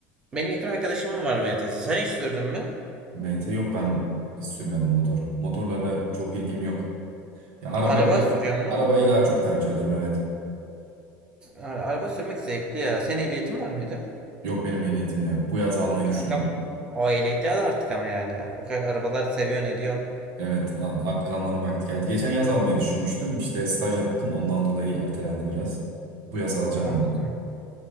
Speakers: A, on the right; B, on the right.
A: Benim yakın arkadaşımın var MTS. Sen hiç sürdün mü?
B: MT yok ben sürmedim motor. Motorlarla çok ilgim yok. Ya arabayla
A: Araba sürüyor mu?
B: arabayı daha çok tercih ediyorum evet.
A: Ara- Araba sürmek zevkli ya. Senin ehliyetin var mıydı?
B: Yok benim ehliyetim de yok. Bu yaz almayı düşünüyorum.
A: Kankam o ehliyeti al artık ama yani. O kadar arabaları seviyorsun ediyorsun.
B: Evet a- artık almanın vakti geldi. Geçen yaz almayı düşünmüştüm. İşte staj yaptım. Ondan dolayı ertelendi biraz. Bu yaz alacağım
A: Anladım.
B: ama.